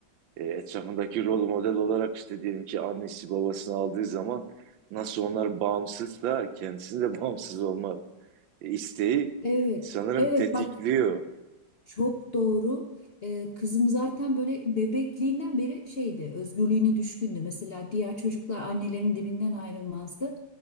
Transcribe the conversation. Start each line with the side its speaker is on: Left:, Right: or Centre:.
Right: e, etrafındaki rol model olarak işte diyelim ki annesi babasını aldığı zaman nasıl onlar bağımsızsa kendisinin de <laughs> bağımsız olma isteği
Left: Evet.
Right: sanırım
Left: Evet
Right: tetikliyor.
Left: bak çok doğru. Ee, kızım zaten böyle bebekliğinden beri şeydi, özgürlüğüne düşkündü. Mesela diğer çocuklar annelerinin dibinden ayrılmazdı.